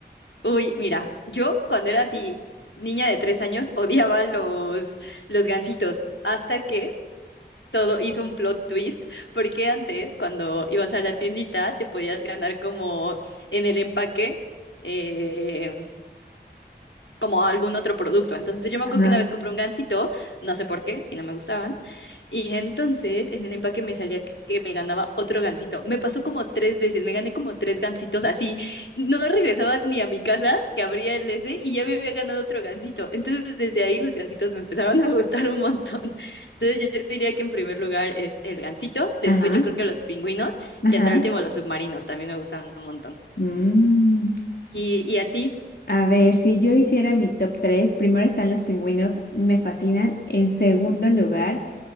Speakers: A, on the left (about 85°); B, on the left (about 60°).
A: Uy, mira, yo cuando era así, niña de tres años, odiaba los, los gansitos, hasta que todo hizo un plot twist, porque antes cuando ibas a la tiendita te podías ganar como en el empaque eh, como algún otro producto. Entonces yo me
B: Ajá,
A: acuerdo que una vez compré un gansito, no sé por qué, si no me gustaban, y entonces en el empaque me salía que que me ganaba otro gansito. Me pasó como tres veces, me gané como tres gansitos así. No regresaba ni a mi casa, que abría el ese, y ya me había ganado otro gansito. Entonces desde ahí los gansitos me empezaron a <laughs> gustar un montón. Entonces yo diría que en primer lugar es el gansito, después
B: ajá,
A: yo creo que los pingüinos
B: ajá.
A: y hasta el último los submarinos también me gustan un montón.
B: Mm,
A: ¿Y, y a ti
B: A ver, si yo hiciera mi top 3, primero están los pingüinos, me fascinan. En segundo lugar